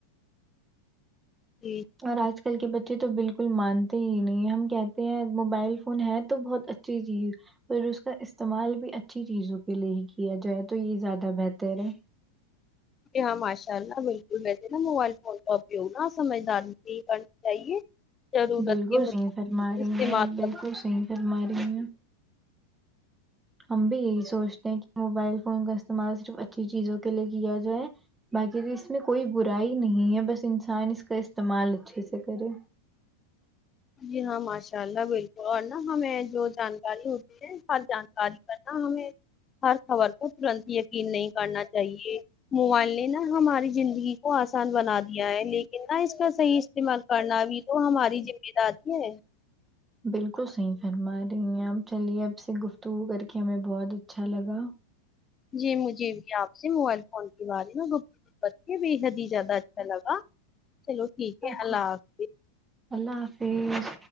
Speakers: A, on the left (about 25°); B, on the right (about 15°).
A: جی
B: اور آج کل کے بچے بچے تو بالکل مانتے ہی نہیں ہم کہتے ہیں موبائل فون ہے تو بہت اچھی چیز پر اس کا استعمال بھی اچھی چیزوں کے لیے ہی کیا جائے تو یہ زیادہ بہتر ہے
A: جی ہاں ماشاء اللہ بالکل ویسے نا موبائل فون کا اپیوگ نہ سمجھداری سے ہی کرنا چاہیے ضرورت
B: بالکل
A: کے مطابق
B: صحیح فرما رہی
A: استعمال
B: ہیں آپ بالکل
A: کر
B: صحیح فرما رہی ہیں ہم بھی یہی سوچتے ہیں کہ موبائل فون کا استعمال صرف اچھی چیزوں کے لیے کیا جائے باقی اس میں کوئی برائی نہیں ہے بس انسان اس کا استعمال اچھے سے کرے
A: جی ہاں ماشاء اللہ بالکل اور نا ہمیں جو جانکاری ہوتی ہر جانکاری کرنا ہمیں ہر خبر کو جلدی یقین نہیں کرنا چاہیے موبائل نے نا ہماری زندگی کو آسان بنا دیا ہے لیکن نا اس کا صحیح استعمال پڑھنا بھی تو ہماری ذمہ داری ہے
B: بالکل صحیح فرما رہی ہیں آپ چلیے آپ سے گفتگو کر کے ہمیں بہت اچھا لگا
A: جی مجھے بھی آپ سے موبائل فون کے بارے میں گفتگو کر کے بے حد ہی زیادہ اچھا لگا چلو ٹھیک ہے
B: آکھو
A: اللہ حافظ
B: اللہ حافظ